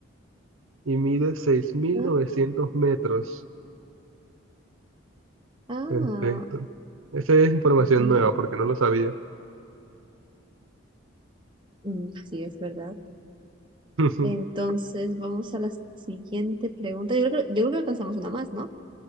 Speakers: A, on the right (about 80°); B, on the right (about 25°).
A: Y mide seis mil
B: Ah,
A: novecientos metros.
B: ah,
A: Perfecto. Esa es información
B: Argentina.
A: nueva porque no lo sabía.
B: Mm, sí, es verdad.
A: <laughs>
B: Entonces, vamos a la siguiente pregunta. Yo creo, que- yo creo que alcanzamos una más, ¿no?